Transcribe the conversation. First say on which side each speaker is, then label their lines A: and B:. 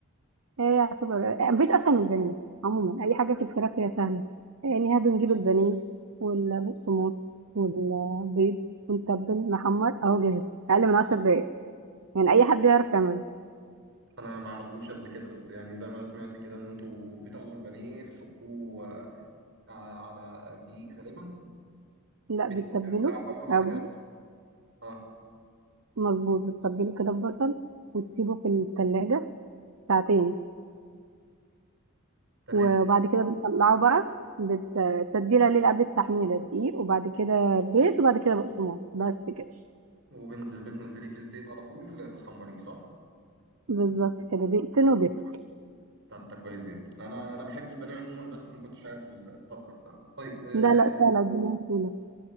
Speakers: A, on the right; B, on the right.
A: آه يعتبر آه، مفيش اسهل من البانيه عموما اي حاجه في الفراخ هي سهله آه، يعني ها بنجيب البانيه والبقسماط والبيض ونتبل نحمر اهو جاهز اقل من 10 دقايق يعني اي حد يعرف يعمله
B: انا ما عملتوش قبل كده بس يعني زي ما انا سمعت كده ان انتوا بتاخدوا البانيه تحطوه آه، على على دقيق غالبا
A: لا
B: بتتبلوه
A: بتتبله
B: الاول وبعد
A: آه،
B: كده اه
A: مظبوط بتتبله كده ببصل وتسيبه في التلاجة ساعتين
B: تمام
A: وبعد كده بنطلعه بقى بت- التتبيلة الليلة قبل التحميرة دقيق وبعد كده بيض وبعد كده بقسماط بس كده
B: وبتنزليه في الزيت على طول تخمريه صح؟
A: بالظبط كده دقيقتين وبيطلع
B: طب ده كويس جدا انا انا بحب البانيه عموما بس ما كنتش عارف الطبخة بتاعته طيب آه،
A: لا لا سهلة دي موصولة